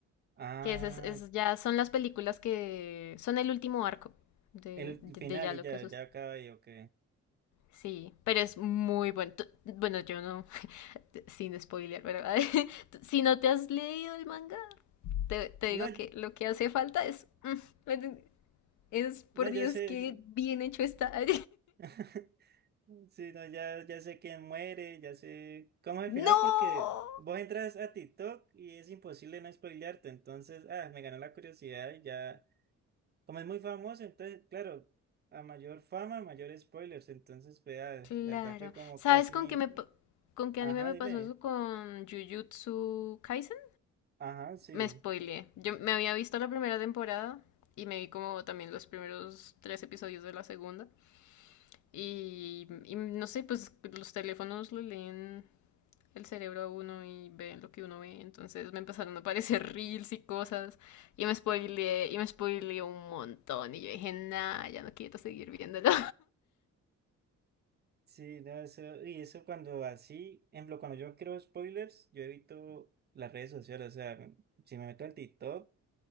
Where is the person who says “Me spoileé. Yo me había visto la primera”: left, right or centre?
Left